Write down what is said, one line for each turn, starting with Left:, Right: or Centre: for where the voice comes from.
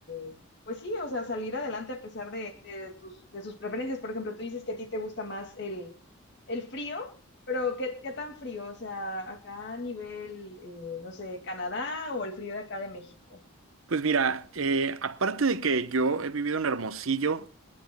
Left: eh, pues sí, o sea, salir adelante a pesar de, de tus, de sus preferencias. Por ejemplo, tú dices que a ti te gusta más el, el frío, pero ¿qué, qué tan frío? O sea, acá a nivel, eh, no sé, Canadá o el frío de acá de México.
Right: pues mira, eh, aparte de que yo he vivido en Hermosillo,